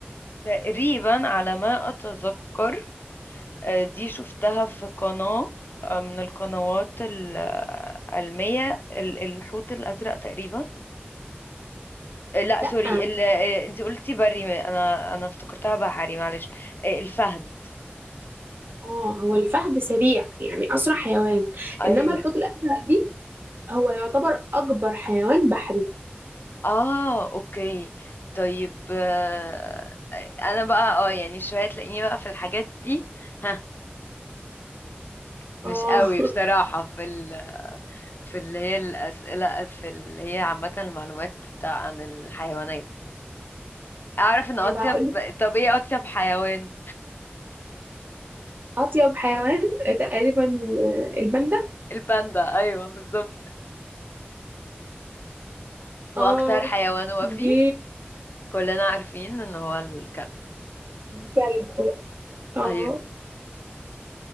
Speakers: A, on the left (about 60°); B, on the right (about 55°).
A: تقريبا على ما أتذكر آه، دي شفتها في قناة آه، من القنوات العلمية ال- الحوت الأزرق تقريبا آه، لا
B: لأ
A: سوري ال... آه، انتي قلتي بري ما- انا انا افتكرتها بحري معلش آه، الفهد
B: اه هو الفهد سريع يعني أسرع حيوان
A: أيوه
B: إنما الحوت الأزرق دي هو يعتبر أكبر حيوان بحري
A: اه اوكي طيب آه، انا بقى اه يعني شويه تلاقيني بقى في الحاجات دي ها مش
B: اه
A: قوي
B: <laughs>
A: بصراحه في ال... في اللي هي الاسئله في اللي هي عامه المعلومات بتاع عن الحيوانات اعرف ان اطيب
B: هيبقى هقولك
A: طب ايه اطيب حيوان
B: أطيب حيوان آه، تقريبا آه، الباندا
A: الباندا ايوه بالظبط
B: اه
A: هو اكتر حيوان وفي
B: دي
A: كلنا عارفين ان هو الكلب
B: كلب اه
A: ايوه